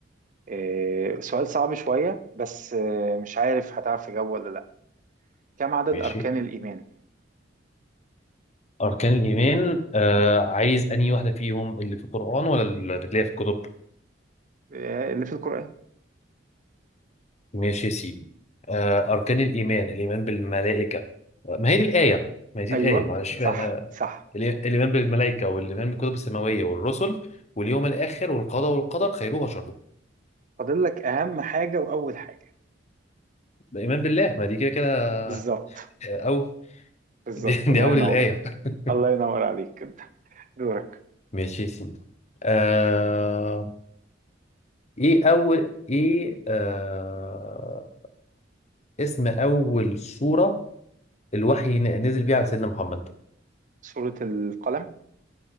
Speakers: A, on the right; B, on the left.
A: آه، سؤال صعب شوية بس آه، مش عارف هتعرف تجاوب ولا لأ كم عدد
B: ماشي
A: أركان الإيمان
B: أركان الإيمان آه
A: مم.
B: عايز أنهي واحدة فيهم اللي في القرآن ولا اللي تلاقيها في الكتب؟
A: آه، اللي في القرآن
B: ماشي يا سيدي آه أركان الإيمان الإيمان بالملائكة ما هي دي الآية ما هي دي
A: أيوه
B: الآية معلش
A: صح
B: آه
A: صح
B: الإي- الإيمان بالملائكة والإيمان بالكتب السماوية والرسل واليوم الآخر والقضاء والقدر خيره وشره
A: فاضل لك أهم حاجة وأول حاجة
B: الإيمان بالله ما دي كده كده
A: بالظبط
B: آه، أو <laughs>
A: بالظبط
B: دي, دي
A: الله
B: أول
A: ينور
B: الآية <laughs>
A: الله ينور عليك كده دورك
B: ماشي يا سيدي آه... إيه أول إيه آه... اسم أول سورة الوحي ن- نزل بيه على سيدنا محمد
A: سورة القلم